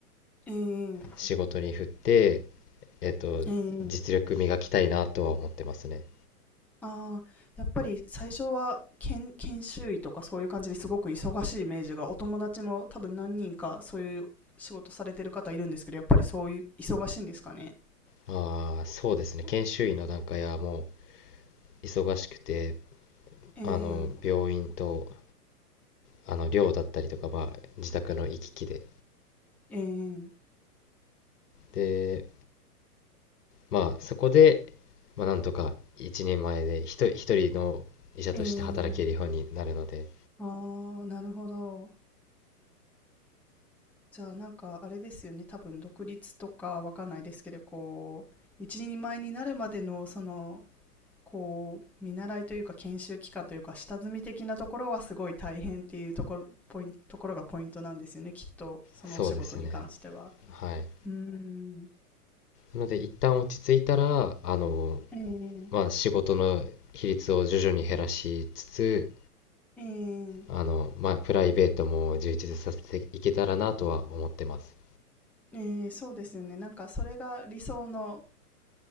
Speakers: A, in the centre; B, on the left (about 75°).
A: ええ、え
B: 仕事に振って、えっと、
A: ー
B: 実力磨きたいなとは思ってますね。
A: ああ、やっぱり最初は研、研修医とかそういう感じですごく忙しいイメージが、お友達も多分何人かそういう仕事されてる方いるんですけど、やっぱりそういう忙しいんですかね。
B: ああ、そうですね。研修医の段階はもう忙しくて、
A: ええ、
B: あの、病院と、あの、寮だったりとか、まあ、自宅の行き来で、
A: ええ、
B: で、まあ、そこで、まあ、なんとか一人前で一人、一人の医者として働けるようになるので、
A: ええ。ああ、なるほど。じゃあなんかあれですよね。多分独立とかわかんないですけど、こう、一人前になるまでの、その、こう、見習いというか研修期間というか、下積み的なところはすごい大変っていうところ、ポイン、ところがポイントなんですよね。きっと、そのお仕事に関しては。
B: そうですね。はい。
A: うーん。
B: なので、一旦落ち着いたら、あの、
A: えー、
B: まあ、仕事の比率を徐々に減らしつつ、
A: えー、
B: あの、まあ、プライベートも充実させていけたらなとは思ってます。
A: えーそうですよね。なんかそれが理想の、